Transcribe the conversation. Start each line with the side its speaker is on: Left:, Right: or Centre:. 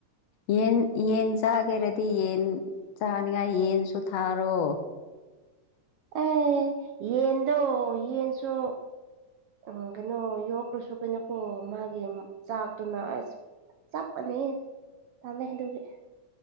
Left: ꯌꯦꯟ ꯌꯦꯟ ꯆꯥꯒꯦꯔꯗꯤ ꯌꯦꯟ ꯆꯥꯅꯤꯡꯉꯥꯏ ꯌꯦꯟꯁꯨ ꯊꯥꯔꯣ
Right: ꯑꯦ ꯌꯦꯟꯗꯣ ꯌꯦꯟꯁꯣ ꯎꯝ ꯀꯩꯅꯣ ꯌꯣꯛꯈ꯭ꯔꯁꯨ ꯀꯩꯅꯣꯀꯣ ꯃꯥꯒꯤ ꯆꯥꯛꯇꯨꯅ ꯑꯁ ꯆꯞ ꯃꯥꯟꯅꯩ ꯊꯝꯃꯦ ꯑꯗꯨꯒꯤ